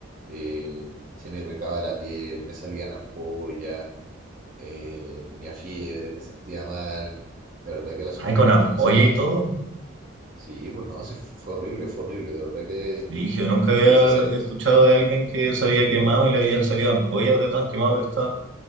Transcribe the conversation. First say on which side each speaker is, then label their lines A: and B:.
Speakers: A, on the right (about 40°); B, on the right (about 65°).
A: eh, se me irritaba la piel, me salían ampollas, eh, tenía fiebre, me sentía mal. De verdad que la sufrí
B: Ay, con
A: mucho.
B: ampolla
A: O sea,
B: y todo.
A: sí, pues no, sí, fue horrible, fue horrible. De verdad que
B: Dije, nunca había
A: por eso siempre,
B: escuchado de alguien que se había quemado y le habían salido ampollas de tan quemado que estaba.